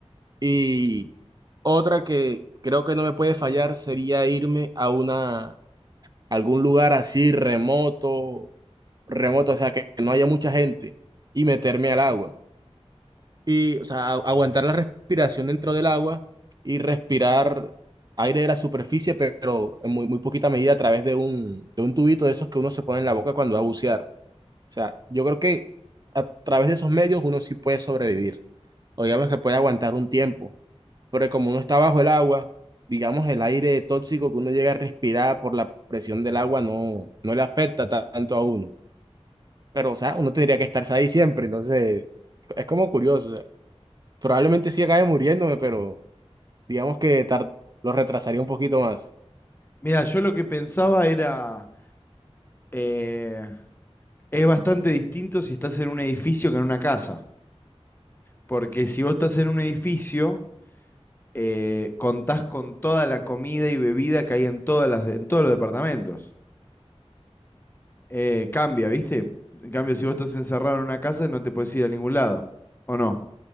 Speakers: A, on the right; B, on the left.
A: Y otra que creo que no me puede fallar sería irme a una, algún lugar así remoto, remoto, o sea, que no haya mucha gente y meterme al agua. y, o sea, aguantar la respiración dentro del agua y respirar aire de la superficie, pe- pero en muy, muy poquita medida a través de un, de un tubito de esos que uno se pone en la boca cuando va a bucear. O sea, yo creo que a través de esos medios uno sí puede sobrevivir, o digamos que puede aguantar un tiempo, pero como uno está bajo el agua, digamos el aire tóxico que uno llega a respirar por la presión del agua no, no le afecta ta- tanto a uno. Pero, o sea, uno tendría que estarse ahí siempre, entonces es como curioso. Probablemente sí acabe muriéndome, pero digamos que tar- lo retrasaría un poquito más.
B: Mira, yo lo que pensaba era, eh, es bastante distinto si estás en un edificio que en una casa. Porque si vos estás en un edificio, eh, contás con toda la comida y bebida que hay en, todas las, en todos los departamentos. Eh, cambia, ¿viste? En cambio, si vos estás encerrado en una casa, no te puedes ir a ningún lado, ¿o no?